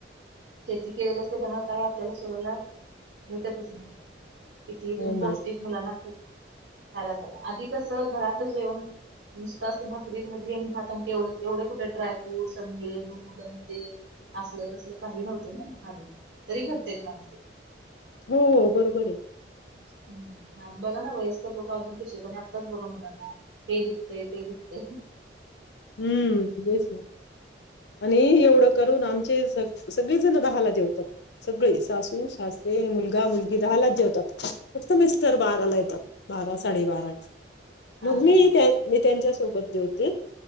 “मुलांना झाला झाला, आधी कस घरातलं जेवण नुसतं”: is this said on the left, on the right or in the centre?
Right